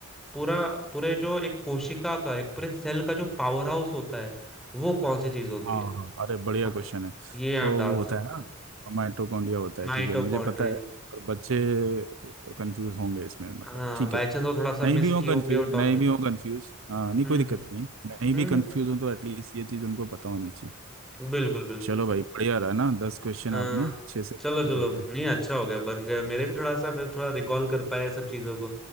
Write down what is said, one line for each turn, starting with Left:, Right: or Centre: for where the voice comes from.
Centre: पूरा पूरे जो एक कोशिका का एक पूरे सेल का जो पावर हाउस होता है वो कौन सी चीज होती
Right: हाँ
Centre: है
Right: हाँ अरे बढ़िया
Centre: हाँ
Right: क्वेश्चन है
Centre: ये आप
Right: तो
Centre: डाल
Right: वो
Centre: सकते
Right: होता है ना
Centre: हैं
Right: माइटोकॉन्ड्रिया होता है
Centre: माइटोकॉन्ड्रिया
Right: ठीक है मुझे पता है और बच्चे कंफ्यूज होंगे इसमें मतलब
Centre: हाँ
Right: ठीक
Centre: बाई
Right: है
Centre: चांस वो थोड़ा सा मिस
Right: नहीं भी
Centre: किए
Right: हो कंफ्यूज
Centre: होंगे वो टॉपिक
Right: नहीं भी हो कंफ्यूज हाँ नहीं
Centre: हम्म
Right: कोई दिक्कत नहीं नहीं
Centre: हम्म
Right: भी कंफ्यूज
Centre: हम्म,
Right: हो तो एटलीस्ट ये चीज़ उनको पता होनी चाहिए
Centre: हम्म, बिल्कुल बिल्कुल
Right: चलो भाई बढ़िया रहा ना दस क्वेश्चन
Centre: हाँ
Right: आपने अच्छे से
Centre: चलो
Right: स्टार्ट
Centre: चलो
Right: हो गए
Centre: नहीं अच्छा हो गया बन गया मेरे भी थोड़ा सा मैं थोड़ा रिकॉल कर पाया सब चीजों को